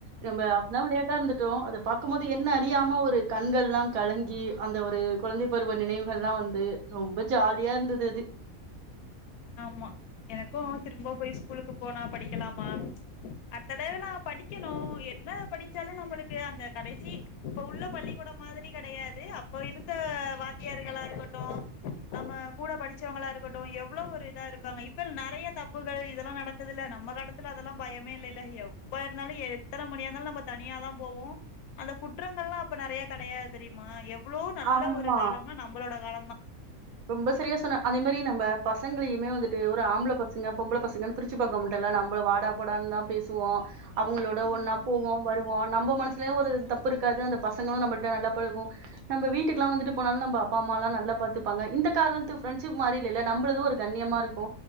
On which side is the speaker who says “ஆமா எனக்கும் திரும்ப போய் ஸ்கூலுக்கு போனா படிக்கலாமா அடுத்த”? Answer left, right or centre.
Left